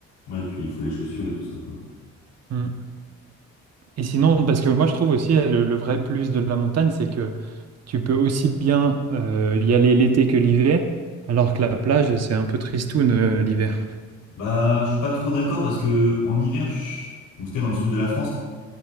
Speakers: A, on the left; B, on the right.
A: Ouais, puis il faut les chaussures et tout ça, quoi.
B: Mm. Et sinon, parce que moi, je trouve aussi euh, le, le vrai plus de la montagne, c'est que tu peux aussi bien euh, y aller l'été que l'hiver, alors que la plage, c'est un peu tristoun euh, l'hiver.
A: Bah, je suis pas trop d'accord parce que en hiver, je- en tout cas dans le sud de la France,